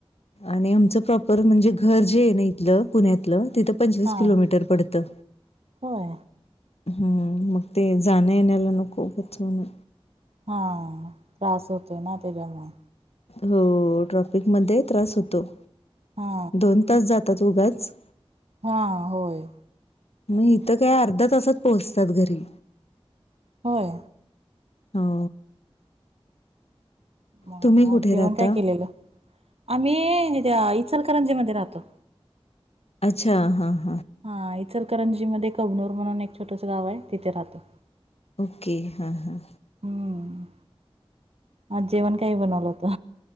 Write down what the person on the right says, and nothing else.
हा
होय
हा त्रास होतोय ना त्याच्यामुळे
हा
हा होय.
होय.
म
आज जेवण
काय केलेलं? आम्ही अ इचलकरंजी मध्ये राहतो.
हा इचलकरंजी मध्ये, कबनूर म्हणून एक छोटस गाव हाय तिथे राहतो.
हम्म आज जेवण काही बनवलं होतं